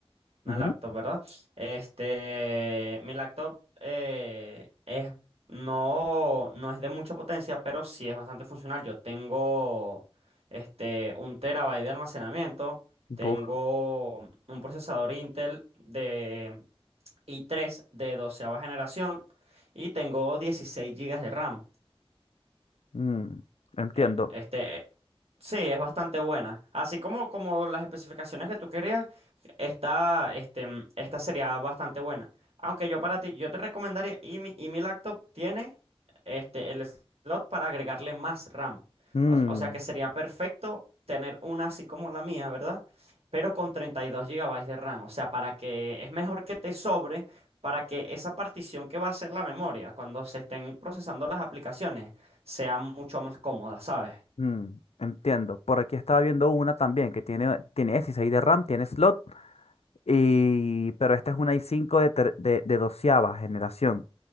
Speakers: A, on the right (about 75°); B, on the left (about 85°).
A: una
B: Ujú.
A: laptop, ¿verdad? Este, mi laptop eh, es, no, no es de mucha potencia, pero sí es bastante funcional. Yo tengo este, un terabyte de almacenamiento,
B: Buf,
A: tengo un procesador Intel de i tres de doceava generación y tengo 16 gigas de RAM.
B: mm, entiendo.
A: Eh, Este, Sí, es bastante buena. Así como, como las especificaciones que tú querías, esta, este, mm, esta sería bastante buena. Aunque yo para ti, yo te recomendaría, y mi, y mi laptop tiene este, el slot para agregarle más RAM.
B: Mm,
A: O, s- o sea que sería perfecto tener una así como la mía, ¿verdad? Pero con 32 gigabytes de RAM. O sea, para que es mejor que te sobre para que esa partición que va a ser la memoria cuando se estén procesando las aplicaciones sea mucho más cómoda, ¿sabes?
B: mm, entiendo. Por aquí estaba viendo una también que tiene, tiene 16 de RAM, tiene slot, y, pero esta es una i cinco de, ter- de, de doceava generación.